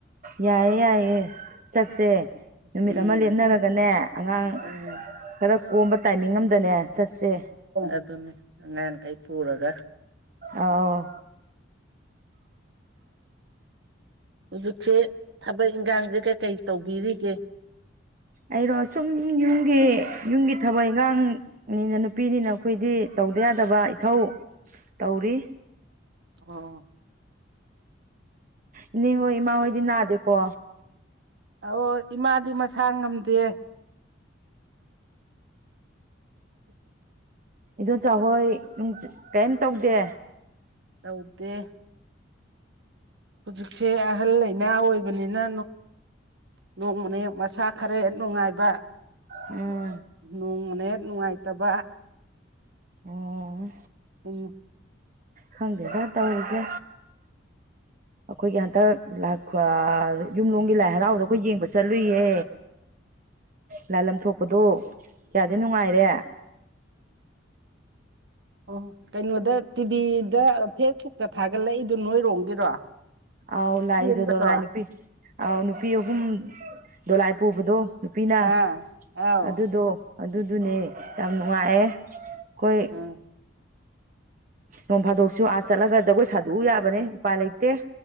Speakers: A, on the right (about 45°); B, on the right (about 60°).
A: ꯌꯥꯏꯌꯦ ꯌꯥꯏꯌꯦ ꯆꯠꯁꯦ ꯅꯨꯃꯤꯠ
B: ꯎꯝ
A: ꯑꯃ ꯂꯦꯞꯅꯔꯒꯅꯦ ꯑꯉꯥꯡ
B: ꯑ
A: ꯈꯔ ꯀꯣꯝꯕ ꯇꯥꯏꯃꯤꯡ ꯑꯃꯗꯅꯦ ꯆꯠꯁꯦ
B: ꯑꯗꯨꯅꯤ ꯑꯉꯥꯡꯈꯩ ꯄꯨꯔꯒ
A: ꯑꯧ
B: ꯍꯧꯖꯤꯛꯁꯦ ꯊꯕꯛ ꯏꯟꯈꯥꯡꯁꯦ ꯀꯩꯀꯩ ꯇꯧꯕꯤꯔꯤꯒꯦ
A: ꯑꯩꯔꯣ ꯁꯨꯝ ꯌꯨꯝꯒꯤ ꯌꯨꯝꯒꯤ ꯊꯕꯛ ꯏꯪꯈꯥꯡ ꯑꯅ ꯅꯨꯄꯤꯅꯤꯅ ꯑꯩꯈꯣꯏꯗꯤ ꯇꯧꯗ ꯌꯥꯗꯕ ꯏꯊꯧ ꯇꯧꯔꯤ
B: ꯑꯣ
A: ꯏꯅꯦꯍꯣꯏ ꯏꯃꯥ ꯍꯣꯏꯗꯤ ꯅꯥꯗꯦꯀꯣ
B: ꯑꯣ ꯏꯃꯥꯗꯤ ꯃꯁꯥ ꯉꯝꯗꯦ <inaudible>
A: ꯏꯗꯣꯝꯆꯥꯍꯣꯏ ꯀꯩꯝ ꯇꯧꯗꯦ
B: ꯇꯧꯗꯦ ꯍꯧꯖꯤꯛꯁꯦ ꯑꯍꯜ ꯂꯥꯏꯅꯥ ꯑꯣꯏꯕꯅꯤꯅ ꯅꯣꯡꯃꯅ ꯍꯦꯛ ꯃꯁꯥ ꯈꯔ ꯍꯦꯠ ꯅꯨꯡꯉꯥꯏꯕ
A: ꯎꯝ
B: ꯅꯣꯡꯃꯅꯦ ꯅꯨꯡꯉꯥꯏꯇꯕ
A: ꯑꯣ
B: ꯎꯝ
A: ꯈꯪꯗꯦꯗ ꯇꯧꯔꯤꯁꯦ ꯑꯩꯈꯣꯏꯒꯤ ꯍꯟꯇꯛ ꯌꯨꯝꯂꯣꯡꯒꯤ ꯂꯥꯏ ꯍꯔꯥꯎꯕꯗ ꯑꯩꯈꯣꯏ ꯌꯦꯡꯕ ꯆꯠꯂꯨꯏꯌꯦ ꯂꯥꯏꯂꯝ ꯊꯣꯛꯄꯗꯣ ꯀꯌꯥꯗꯤ ꯅꯨꯡꯉꯥꯏꯔꯦ
B: ꯑꯣ ꯀꯩꯅꯣꯗ ꯇꯤꯚꯤꯗ ꯐꯦꯁꯕꯨꯛꯇ ꯊꯥꯒꯠꯂꯛꯏꯗꯣ ꯅꯣꯏꯔꯣꯝꯒꯤꯔꯣ
A: ꯑꯥꯎ ꯂꯥꯏꯗꯣ
B: ꯆꯦꯟꯕꯗꯣ
A: ꯗꯣꯂꯥꯏ ꯅꯨꯄꯤ ꯑꯥꯎ ꯅꯨꯄꯤ ꯑꯍꯨꯝ ꯗꯣꯂꯥꯏ ꯄꯨꯕꯗꯣ ꯅꯨꯄꯤꯅ
B: ꯑꯥ ꯑꯥꯎ
A: ꯑꯗꯨꯗꯣ ꯑꯗꯨꯗꯨꯅꯦ ꯌꯥꯝ ꯅꯨꯡꯉꯥꯏꯌꯦ ꯑꯩꯈꯣꯏ
B: ꯑꯥ
A: ꯅꯣꯡ ꯐꯥꯗꯣꯛꯁꯨ ꯑꯥ ꯆꯠꯂꯒ ꯖꯒꯣꯏ ꯁꯥꯗꯣꯛꯎ ꯌꯥꯕꯅꯦ ꯎꯄꯥꯏ ꯂꯩꯇꯦ